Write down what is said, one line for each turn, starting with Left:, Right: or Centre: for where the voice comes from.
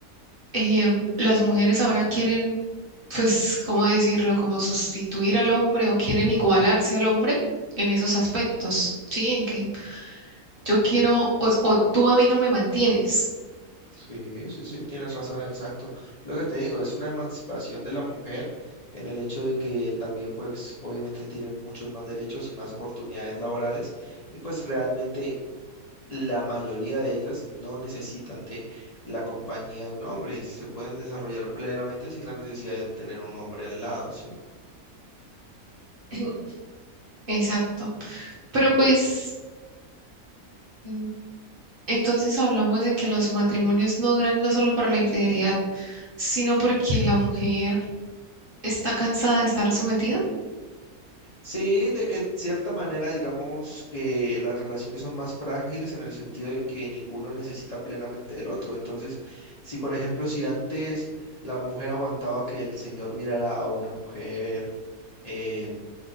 Right: em, las mujeres ahora quieren, pues, ¿cómo decirlo? Como sustituir al hombre o quieren igualarse al hombre en esos aspectos, ¿sí? En que yo quiero o, o tú a mí no me mantienes.
Left: Sí, sí, sí, tienes razón, exacto. Lo que te digo, es una emancipación de la mujer en el hecho de que también, pues, obviamente tienen muchos más derechos y más oportunidades laborales y pues realmente la mayoría de ellas no necesitan de la compañía de un hombre, se pueden desarrollar plenamente sin la necesidad de tener un hombre al lado, ¿sí?
Right: <clears throat> Exacto. Pero pues, mm, entonces hablamos de que los matrimonios no duran no solo por la infidelidad, sino porque la mujer está cansada de estar sometida.
Left: Sí, de que cierta manera digamos que las relaciones son más frágiles en el sentido de que ninguno necesita plenamente del otro. Entonces, si por ejemplo, si antes la mujer aguantaba que el señor mirara a una mujer em,